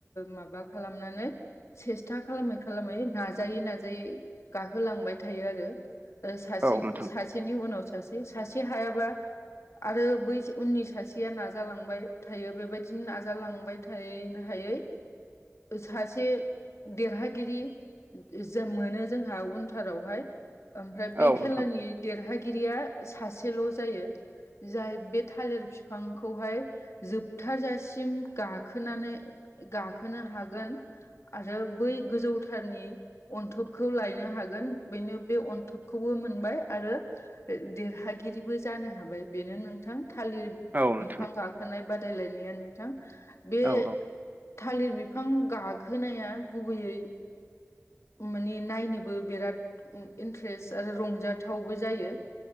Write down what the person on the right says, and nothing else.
औ नोंथां
औ
नोंथां
औ नोंथां
औ